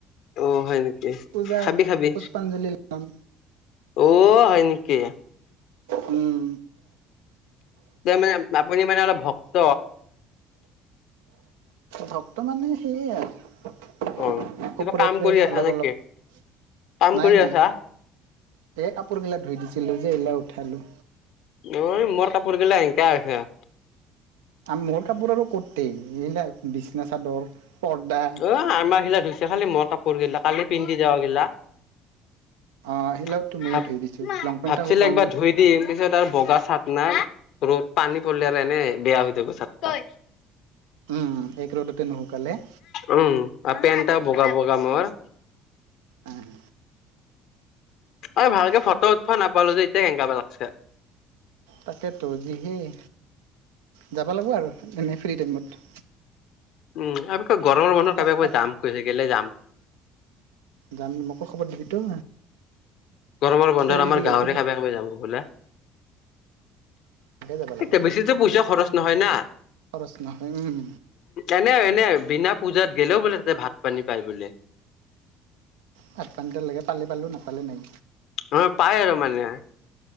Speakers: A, on the left (about 70°); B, on the right (about 90°).
A: অ হয় নেকি
B: পূজাত
A: খাবি খাবি
B: পুষ্পাঞ্জলি লম।
A: অ হয় নেকি
B: উম।
A: ত মানে আপুনি মানে অলপ ভক্ত?
B: ভক্ত মানে সেইয়ে আৰু
A: অ কিবা
B: ওপৰে-ওপৰে
A: কাম কৰি আছা
B: অলপ-অলপ।
A: নেকি কাম
B: নাই,
A: কৰি
B: নাই।
A: আছা
B: এই কাপোৰবিলাক ধুই দিছিলোঁ যে, এইবিলাক উঠালোঁ।
A: নহয়, মোৰ কাপোৰ গিলা লেতেৰা হৈছে।
B: আ মোৰ কাপোৰ আৰু কটেই এইলাক বিচনা চাদৰ পৰ্দা
A: অ আমাৰ সিলা ধুইছে, খালি মোৰ কাপোৰ গিলা, কালি পিন্ধি যাৱাগিলা।
B: অ সেইগিলাকতো
A: ভ-ভাবছিলে
B: ময়ো ধুই দিছো লং পেন্টটা শুকাও
A: একবাৰ
B: নাই
A: ধুই দিম, পিছত আৰু বগা চাত না। ৰ'দ, পানী পৰিল আৰু এনে বেয়া হৈ যাব চাতটা।
B: উম এক ৰোডতে নুহুকালে।
A: উম আৰু পেণ্ট এটা বগা বগা মোৰ।
B: উম।
A: অ ভালকে ফটো উঠোৱা নাপালো যে, এতিয়া কেনেকাব লাগছে।
B: তাকেতো যিহেই যাব লাগিব আৰু এনেই ফ্ৰী টাইমত।
A: উম <unintelligible>
B: পাপ পাপ
A: যাম কৈছে গেলে যাম।
B: যাম, মোকো খবৰ দিবিতো।
A: গৰমৰ বন্ধত
B: ট্ৰেইনেদি
A: আমাৰ
B: গ'লেতো
A: গাঁৱৰে কাবে কাবি যাব বোলে।
B: সেনেকে যাব লাগে
A: এতিয়া বেছিটো পইচা খৰচ নহয় না।
B: খৰচ নহয় উম
A: এনে এনে বিনা পূজাত গেলেও বোলে তাতে ভাত পানী পায় বোলে।
B: ভাত পানীতে লাগে পালে পালোঁ নাপালে নাই।
A: অ পাই আৰু মানে।